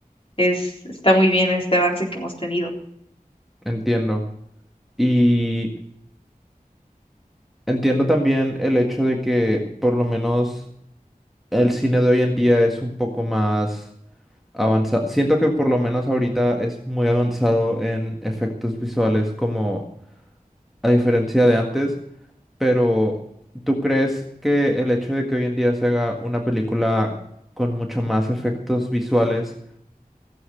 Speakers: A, on the left; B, in the centre.
A: Es, está muy bien este avance que hemos tenido.
B: entiendo. Y entiendo también el hecho de que por lo menos el cine de hoy en día es un poco más avanzado. Siento que por lo menos ahorita es muy avanzado en efectos visuales como a diferencia de antes, pero ¿tú crees que el hecho de que hoy en día se haga una película con mucho más efectos visuales?